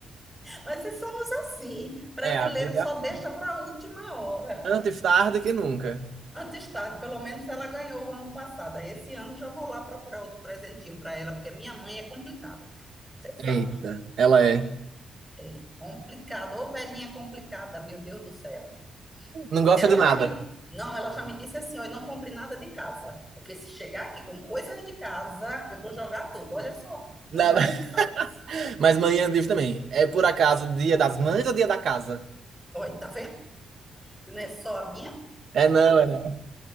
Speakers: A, in the centre; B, on the right (about 65°).
A: Mas é somos assim, brasileiro
B: É, a vida
A: só
B: é assim,
A: deixa para a última hora.
B: antes tarde que nunca.
A: Antes tarde, pelo menos ela ganhou o ano passado. Esse ano já vou lá procurar outro presentinho para ela, porque minha mãe é complicada, você
B: Eita,
A: sabe.
B: ela é.
A: é complicada, ô velhinha complicada, meu Deus do céu.
B: Não gosta
A: Ela
B: de nada.
A: já me, não, ela já me disse assim, ó, eu não compre nada de casa, porque se chegar aqui com coisas de casa, eu vou jogar tudo. Olha só,
B: Nada.
A: uma mãe que fala isso.
B: <laughs> Mas manhã livre também. É por acaso dia das mães ou dia da casa?
A: Olha, tá vendo? Não é só a minha
B: É, não, é. não.